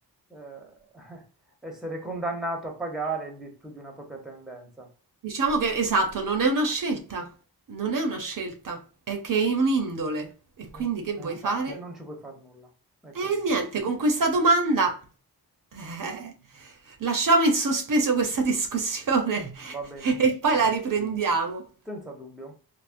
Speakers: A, in the centre; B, on the right.
A: eh, <laughs> essere condannato a pagare in virtù di una propria tendenza.
B: diciamo che esatto, non è una scelta, non è una scelta, è che è un'indole. E quindi
A: Mm,
B: che
A: E
B: vuoi
A: infatti,
B: fare?
A: e non ci puoi far nulla. È
B: E
A: così.
B: niente, con questa domanda eh, lasciamo in sospeso questa discussione
A: Va benissimo.
B: <laughs> e poi la riprendiamo.
A: Senza dubbio.